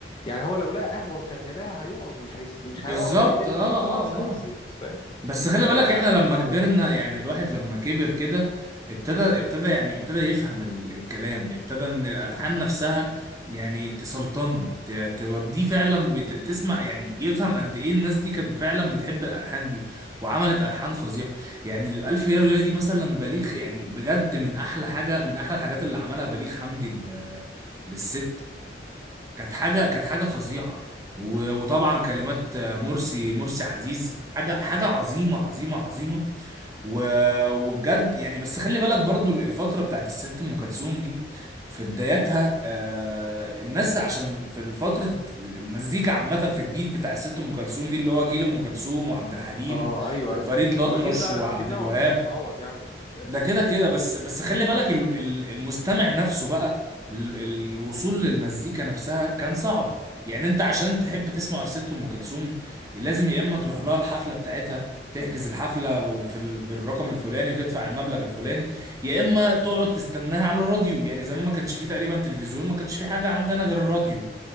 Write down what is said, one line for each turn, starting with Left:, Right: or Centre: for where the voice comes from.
Left: يعني هو لو لقى قهوة مشغلاها هيقعد مش هيس... مش
Right: بالظبط
Left: هيقعد بقى يلف
Right: اه
Left: بقى
Right: اه
Left: خلاص خلصت
Right: اه
Left: فاهم
Right: بس خلي
Left: فسبحان
Right: بالك احنا لما كبرنا
Left: الله
Right: يعني الواحد لما كبر كده ابتدى ابتدى يعني ابتدى يفهم ال الكلام ابتدى ان الالحان نفسها يعني تسلطنه ت- توديه فعلا بت تسمع يعني يفهم قد ايه الناس دي كانت فعلا بتحب الالحان دي وعملت الحان فظيعه يعني الالف ليله وليله دي مثلا بليغ يعني بجد من احلى حاجه من احلى الحاجات اللي عملها بليغ حمدي لل- للست كانت حاجه كانت حاجه فظيعه و- وطبعا كلمات آه، مرسي مرسي عزيز حاجه حاجه عظيمه عظيمه عظيمه و- وبجد يعني بس خلي بالك برضو الفتره بتاعت الست ام كلثوم دي في بداياتها آه، الناس عشان في فتره المزيكا عامه في الجيل بتاع الست ام كلثوم دي اللي هو جيل ام كلثوم وعبد الحليم
Left: اه ايوه
Right: وفريد
Left: ايوه أيوة.
Right: الأطرش
Left: هو الجيل ده
Right: وعبد
Left: الجيل ده
Right: الوهاب
Left: عمره ما يتعوض يعني عشان تبقى فاهم
Right: ده كده
Left: بس
Right: كده بس بس خلي بالك ال- ال- المستمع نفسه بقى ال- الوصول للمزيكا نفسها كان صعب يعني انت عشان تحب تسمع الست ام كلثوم لازم يا اما تروح لها الحفله بتاعتها تحجز الحفله وفي ال- بالرقم الفلاني وتدفع المبلغ الفلاني يا اما تقعد تستناها على الراديو يعني زمان ما كانش فيه تقريبا تلفزيون ما كانش فيه حاجه عندنا غير الراديو